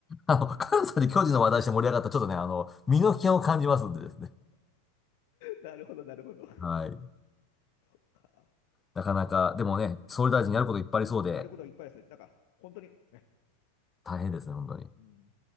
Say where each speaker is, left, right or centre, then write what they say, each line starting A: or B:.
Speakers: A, on the left (about 15°); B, on the left (about 50°).
A: あの、関西で巨人の話題して盛り上がったら、ちょっとね、あの、身の危険を感じますんでですね。
B: なるほど、なるほど。
A: はい。
B: そっか。
A: なかなか、
B: でも
A: でもね、総理大臣やることいっぱいありそうで、
B: やることはいっぱいですね。なんか、本当に、ね、
A: 大変ですね、本当に。
B: うん